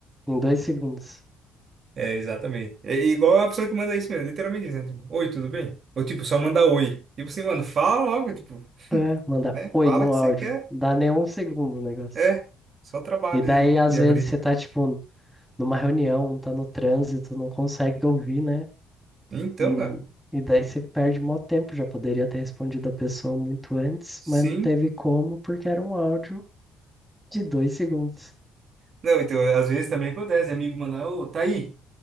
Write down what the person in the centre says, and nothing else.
em dois segundos.
É, manda
oi
no
áudio.
Dá nem um segundo o negócio.
E daí,
às
vezes,
você tá, tipo, numa reunião, tá no trânsito, não consegue ouvir, né?
E,
e daí você perde mó tempo. Já poderia ter respondido a pessoa muito antes,
mas não teve como, porque era um áudio De dois segundos.